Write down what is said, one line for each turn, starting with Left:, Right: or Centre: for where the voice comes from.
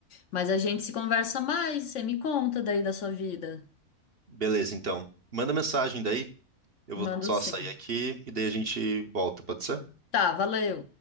Left: mas a gente se conversa mais, você me conta daí da sua vida.
Right: Beleza, então. Manda mensagem daí. Eu
Left: Mando
Right: vou só
Left: sim.
Right: sair aqui e daí a gente volta, pode ser?
Left: Tá, valeu.